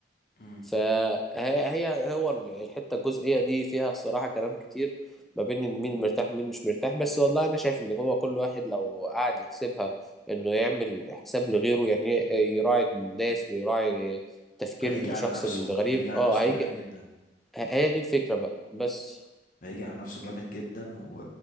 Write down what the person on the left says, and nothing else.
مم.
هيجي
على نفسه
هيجي على
نفسه
جامد جدا
هيجي على نفسه جامد جدا و...